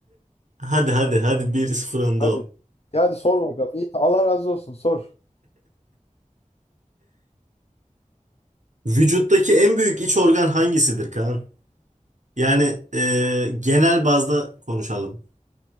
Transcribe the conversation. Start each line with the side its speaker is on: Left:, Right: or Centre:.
Right: Hadi hadi hadi 1-0 önde
Left: Hadi.
Right: ol.
Left: Ya hadi sor bakalım. İyi, tamam. Allah razı olsun. Sor.
Right: Vücuttaki en büyük iç organ hangisidir Kaan? Yani e, genel bazda konuşalım.